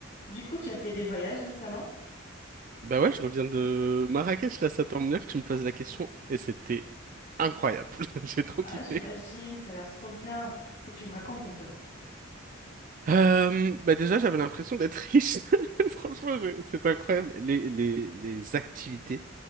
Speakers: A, on the left; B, on the right.
A: Du coup, tu as fait des voyages récemment?
B: Bah ouais, je reviens de Marrakech, là, ça tombe bien que tu me poses la question, et c'était incroyable. <laughs> J'ai trop
A: Ah,
B: kiffé.
A: j'imagine, ça a l'air trop bien. Faut que tu me racontes un peu.
B: Euh, bah déjà, j'avais l'impression d'être riche. <laughs> Franchement, j'ai- c'était incroyable. Les, les, les activités,